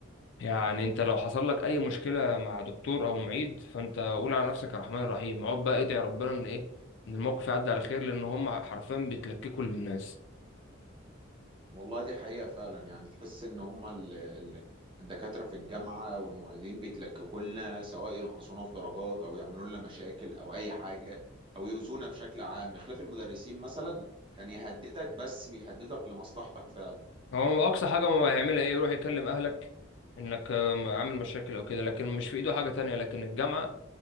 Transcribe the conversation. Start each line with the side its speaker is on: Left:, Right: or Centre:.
Left: يعني انت لو حصل لك اي مشكلة مع دكتور او معيد فانت قول على نفسك الرحمن الرحيم اقعد بقى ادعي ربنا ان ايه ان الموقف يعدي على خير لان هم حرفيا بيتلككوا للناس
Right: والله دي حقيقة فعلا يعني تحس إن هما ال- ال- الدكاترة في الجامعة والمعيدين بيتلككوا لنا سواء ينقصونا في درجات أو يعملوا لنا مشاكل أو أي حاجة أو يؤذونا بشكل عام خلاف المدرسين مثلا كان يهددك بس بيهددك لمصلحتك فعلا
Left: هو اقصى حاجه هو هيعملها ايه يروح يكلم اهلك انك آه، عامل مشاكل او كده لكن مش في ايده حاجه تانية لكن الجامعه